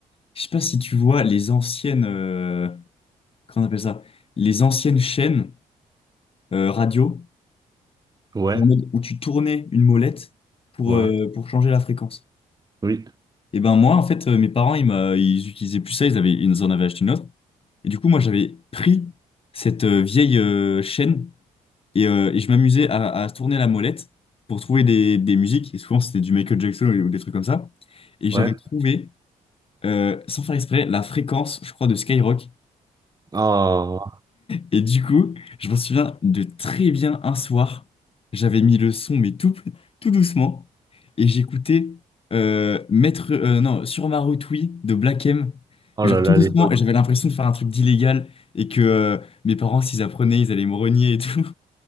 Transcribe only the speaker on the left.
je sais pas si tu vois les anciennes. euh, comment on appelle ça? Les anciennes chaînes euh, radio,
en mode où tu tournais une molette pour,
euh, pour changer la fréquence.
Et ben moi, en fait, euh, mes parents, ils, m'a- ils utilisaient plus ça, ils avaient, ils en avaient acheté une autre. Et du coup, moi, j'avais pris cette euh, vieille euh, chaîne Et, euh, et je m'amusais à, à se tourner la molette pour trouver des, des musiques. Et souvent, c'était du Michael Jackson ou des trucs comme ça. Et
j'avais trouvé, euh, sans faire exprès, la fréquence, je crois, de Skyrock.
Et du coup, je m'en souviens de très bien un soir, j'avais mis le son, mais tout, tout doucement. Et j'écoutais euh, Maître, euh, non, Sur ma route, oui, de Black M.
Mais
Genre
tout doucement,
et j'avais l'impression de faire un truc d'illégal et que euh, mes parents, s'ils apprenaient, ils allaient me renier et tout.